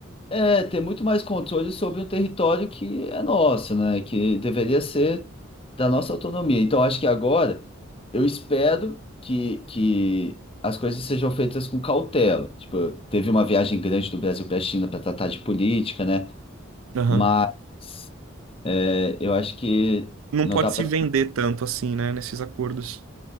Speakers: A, on the left; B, on the right.
A: é, ter muito mais controle sobre um território que é nosso, né? Que deveria ser da nossa autonomia. Então, acho que agora eu espero que, que as coisas sejam feitas com cautela. Tipo, teve uma viagem grande do Brasil para a China para tratar de política, né?
B: Aham.
A: Mas é, eu acho que
B: Não
A: não
B: pode
A: dá pra.
B: se vender tanto assim, né, nesses acordos.